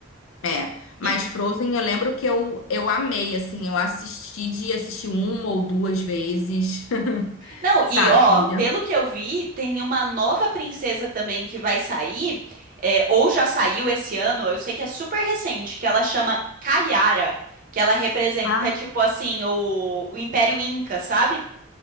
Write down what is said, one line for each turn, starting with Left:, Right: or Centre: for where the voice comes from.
Left: é. Mas
Right: E,
Left: Frozen eu lembro que eu, eu amei, assim, eu assisti de assistir uma ou duas vezes, <laughs>
Right: não,
Left: sabe?
Right: e ó, pelo que eu vi, tem uma nova princesa também que vai sair, é, ou já saiu esse ano, eu sei que é super recente, que ela chama Kayara, que ela representa,
Left: Ah,
Right: tipo assim, o, o Império Inca, sabe?